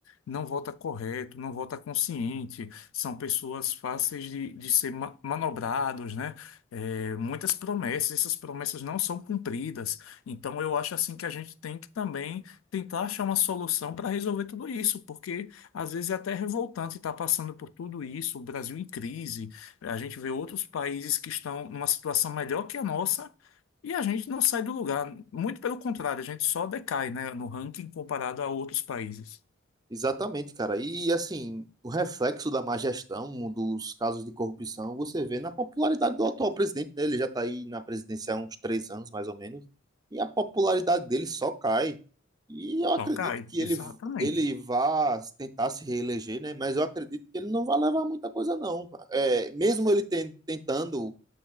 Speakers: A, on the left (about 80°); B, on the right (about 20°).
A: não vota correto, não vota consciente, são pessoas fáceis de, de ser ma- manobrados, né? É, muitas promessas, essas promessas não são cumpridas. Então, eu acho assim que a gente tem que também tentar achar uma solução para resolver tudo isso, porque às vezes é até revoltante estar passando por tudo isso, o Brasil em crise, a gente vê outros países que estão numa situação melhor que a nossa. E a gente não sai do lugar, muito pelo contrário, a gente só decai, né, no ranking comparado a outros países.
B: Exatamente, cara. E assim, o reflexo da má gestão um dos casos de corrupção você vê na popularidade do atual presidente, né? Ele já está aí na presidência há uns três anos, mais ou menos, e a popularidade dele só cai. E eu acredito
A: Só cai,
B: que ele,
A: exatamente,
B: ele vá tentar se reeleger, né? Mas eu acredito que ele não vai levar muita coisa, não. É, mesmo ele ten- tentando